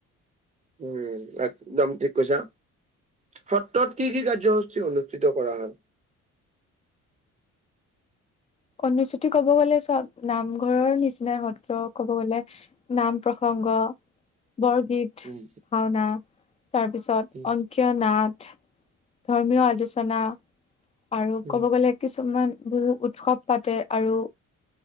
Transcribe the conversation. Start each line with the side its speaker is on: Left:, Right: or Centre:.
Right: উম একদম ঠিক কৈছা সত্ৰত কি কি কাৰ্যসূচী অনুষ্ঠিত কৰা হয়
Left: অনুষ্ঠিত ক'ব গ'লে চব নামঘৰৰ নিচিনা সত্ৰ কব গ'লে নাম প্ৰসংগ বৰগীত
Right: উম
Left: ভাওনা তাৰপিছত
Right: উম
Left: অংকীয় নাট ধৰ্মীয় আলোচনা আৰু
Right: উম
Left: ক'ব গ'লে কিছুমান বহু উৎসৱ পাতে আৰু